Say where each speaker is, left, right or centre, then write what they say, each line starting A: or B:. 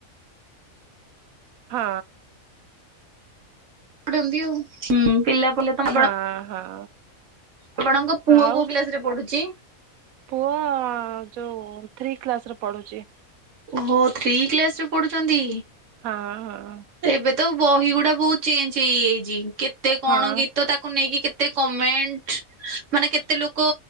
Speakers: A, on the right; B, on the right.
A: ହଁ।
B: ଆଉ ପିଲା ପ ଆପଣ
A: ହଁ ହଁ
B: ଆପଣଙ୍କ ପୁଅ
A: ଆଉ
B: କୋଉ କ୍ଲାସରେ ପଢୁଛି?
A: ପୁଅ ଯୋଉ ଥ୍ରୀ କ୍ଲାସରେ ପଢୁଛି।
B: ଓହୋ ଥ୍ରୀ କ୍ଲାସରେ ପଢୁଛନ୍ତି।
A: ହଁ ହଁ।
B: ଏବେ ତ ବହି ଗୁଡା ବହୁତ ଚେଞ୍ଜ ହେଇଯାଇଛି। କେତେ କଣ
A: ହଁ
B: ଗୀତ ତାକୁ ନେଇକି କେତେ କେତେ କମେଣ୍ଟ ମାନେ କେତେ ଲୋକ